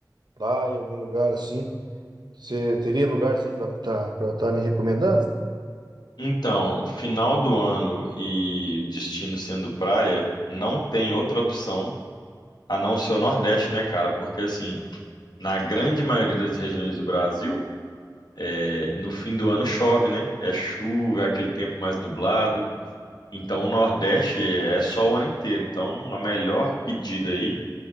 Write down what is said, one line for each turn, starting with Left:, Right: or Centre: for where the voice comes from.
Right: praia, algum lugar assim, você teria lugares aí para estar me recomendando?
Left: Então, final do ano e destino sendo praia, não tem outra opção a não ser o Nordeste, né, cara? Porque assim, na grande maioria das regiões do Brasil, é, no fim do ano chove, né? É chuva, é aquele tempo mais nublado. Então, o Nordeste é é só o ano inteiro. Então, a melhor pedida aí